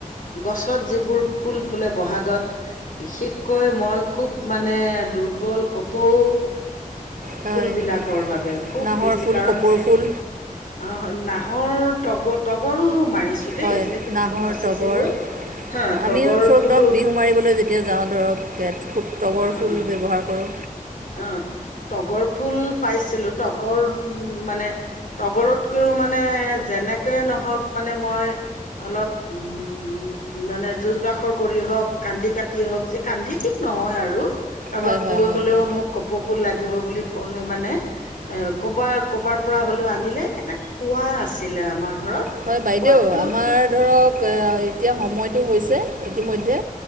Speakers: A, on the left; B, on the right.
A: গছত যিবোৰ ফুল ফুলে বহাগত বিশেষকৈ মই খুউব মানে, দুৰ্বল কপৌ
B: হয়
A: ফুলবিলাকৰ
B: হয়
A: বাবে, খুউব
B: নাহৰ
A: বেছি
B: ফুল
A: কাৰণ
B: কপৌ ফুল
A: অঁ, ‌ নাহৰ, তগৰ তগৰো মাৰি ছোঁ দেই,
B: হয়
A: যিহেতু
B: নাহৰ
A: বিহু নাচিছিলো,
B: তগৰ
A: হাঁ, তগৰ
B: আমিও ধৰক
A: ফুলো
B: ধৰক বিহু মাৰিবলৈ যেতিয়া যাওঁ ধৰক কে খুব তগৰ
A: অ'
B: ফুল
A: অ'
B: ব্যৱহাৰ কৰোঁ
A: অ তগৰ ফুল পাইছিলো তগৰ উ মানে তগৰতকৈও মানে যেনেকে নহওক মানে মই অলপ উ মানে যুজ বাখৰ কৰি হওক কান্দি কাটি হওক যে কান্দি ঠিক নহয় আৰু কবাক
B: হয় হয়
A: কৈ
B: হয়
A: হলেও
B: হয়
A: মোক উপফুল লাগিব বুলি ক'লে মানে এ ক'বাৰ ক'বাৰ পৰা হ'লেও আনিলে এটা কোৱা আছিলে আমাৰ ঘৰত
B: হয় বাইদেউ
A: কোৱাটো
B: আমাৰ ধৰক এতিয়া সময়টো হৈছে ইতিমধ্যে